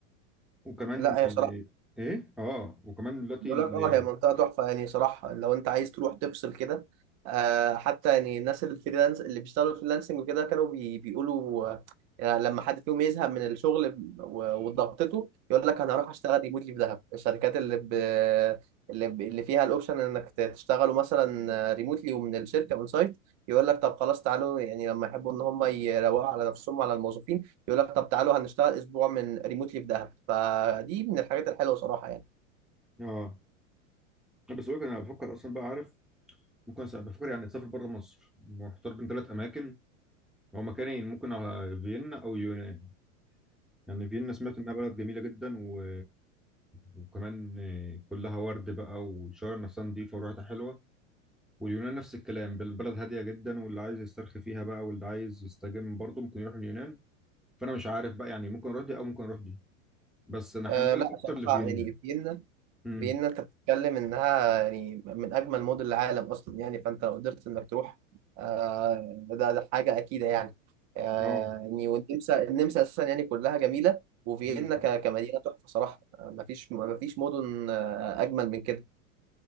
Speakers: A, in the centre; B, on the right.
A: وكمان
B: لا هي
A: ايه
B: صراحة
A: إيه؟ اه وكمان دلوقتي
B: بقول
A: ال-
B: لك اه هي منطقة تحفة يعني صراحة لو انت عايز تروح تفصل كده آه حتى يعني الناس الفريلانس اللي بيشتغلوا فريلانسنج وكده كانوا بي بيقولوا آه يعني لما حد فيهم يزهق من الشغل و- وضغطته يقول لك انا هروح اشتغل ريموتلي في دهب الشركات اللي ب... اللي, ب... اللي فيها الاوبشن انك ت- تشتغلوا مثلا ريموتلي ومن الشركة اون سايت يقول لك طب خلاص تعالوا يعني لما يحبوا ان هم يروقوا على نفسهم وعلى الموظفين يقول لك طب تعالوا هنشتغل اسبوع من ريموتلي في دهب فدي من الحاجات الحلوة صراحة يعني
A: اه بس بقول لك انا بفكر اصلا بقى عارف ممكن أس- بفكر يعني اسافر بره مصر محتار بين ثلاث اماكن هو مكانين ممكن على فيينا او يونان يعني فيينا سمعت انها بلد جميله جدا و... وكمان كلها ورد بقى والشوارع نفسها نظيفه وريحتها حلوه واليونان نفس الكلام بالبلد هاديه جدا واللي عايز يسترخي فيها بقى واللي عايز يستجم برضه ممكن يروح اليونان فانا مش عارف بقى يعني ممكن اروح دي او ممكن اروح دي بس انا حمايل
B: أه لا
A: اكتر
B: صراحة
A: لفيينا
B: يعني فيينا
A: امم
B: فيينا انت بتتكلم انها يعني من اجمل مدن العالم اصلا يعني فانت لو قدرت انك تروح أه ده, ده حاجة اكيدة يعني أه
A: اه
B: يعني والنمسا النمسا اساسا يعني كلها جميلة وفيينا
A: امم
B: ك- كمدينة تحفة صراحة آه، مفيش مفيش مدن آه، اجمل من كده